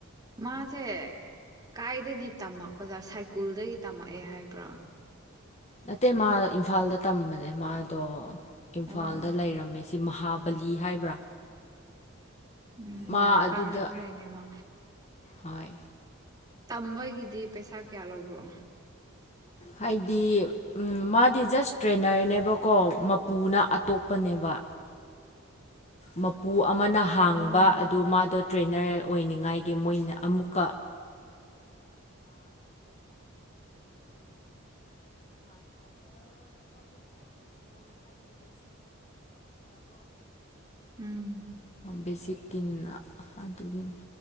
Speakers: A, on the right; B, on the left.
A: ꯃꯥꯁꯦ ꯀꯥꯏꯗꯒꯤ ꯇꯝꯃꯛꯄꯗꯥ ꯁꯥꯏꯀꯨꯜꯗꯒꯤ ꯇꯝꯃꯛꯑꯦ ꯍꯥꯏꯕ꯭ꯔꯥ
B: ꯅꯠꯇꯦ ꯃꯥ ꯏꯝꯐꯥꯜꯗ ꯇꯝꯕꯅꯦ ꯃꯥꯗꯣ ꯏꯝꯐꯥꯜꯗ
A: ꯑꯣ
B: ꯂꯩꯔꯝꯃꯤꯁꯦ ꯁꯤ ꯃꯍꯥꯕꯂꯤ ꯍꯥꯏꯕ꯭ꯔꯥ
A: ꯎꯝ
B: ꯃꯥ
A: ꯌꯥꯝꯝ
B: ꯑꯗꯨꯗ
A: ꯀꯥꯟꯅꯈ꯭ꯔꯦꯅꯦꯃ
B: ꯍꯣꯏ
A: ꯇꯝꯕꯒꯤꯗꯤ ꯄꯩꯁꯥ ꯀꯌꯥ ꯂꯧꯕ꯭ꯔꯣ
B: ꯍꯥꯏꯗꯤ ꯃꯥꯗꯤ ꯖꯁ ꯇ꯭ꯔꯦꯅꯔꯅꯦꯕꯀꯣ ꯃꯄꯨꯅ ꯑꯇꯣꯞꯄꯅꯦꯕ ꯃꯄꯨ ꯑꯃꯅ ꯍꯥꯡꯕ
A: ꯑꯣ
B: ꯑꯗꯨ ꯃꯥꯗꯣ ꯇ꯭ꯔꯦꯅꯔ ꯑꯣꯏꯅꯤꯡꯉꯥꯏꯒꯤ ꯃꯣꯏꯅ ꯑꯃꯨꯛ
A: ꯎꯝ
B: ꯕꯦꯁꯤꯛꯀꯤꯅꯤꯅ ꯑꯗꯨꯒꯤ